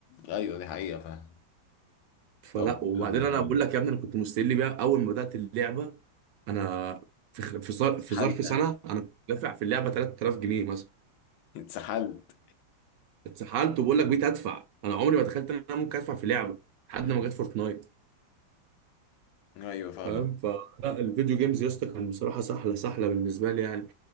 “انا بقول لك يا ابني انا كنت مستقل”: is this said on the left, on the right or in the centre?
Right